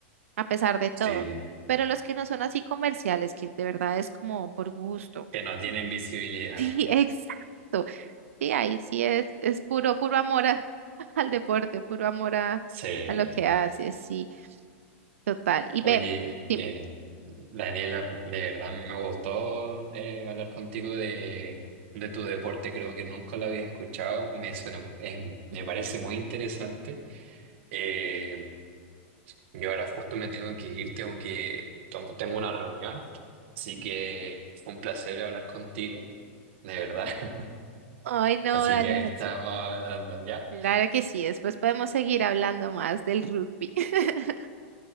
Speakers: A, on the right (about 90°); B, on the right (about 65°).
A: a pesar de todo,
B: sí,
A: pero los que no son así comerciales, que de verdad es como por gusto.
B: que no tienen visibilidad.
A: Sí, exacto. Sí, ahí sí es, es puro, puro amor a- <laughs> al deporte, puro amor a,
B: Sí.
A: a lo que haces, sí, total. Y
B: Oye,
A: ve, dime.
B: eh, Daniela, de verdad me gustó eh, hablar contigo de, de tu deporte, creo que nunca lo había escuchado, me suena, es- me parece muy interesante. Eh, yo ahora justo me tengo que ir, tengo que, tom- tengo una reunión, así que fue un placer hablar contigo, de verdad. <laughs>
A: Ay, no,
B: Así
A: dale,
B: que ahí
A: Hudson.
B: estamos hablando ya.
A: Claro que sí, después podemos seguir hablando más del rugby. <laughs>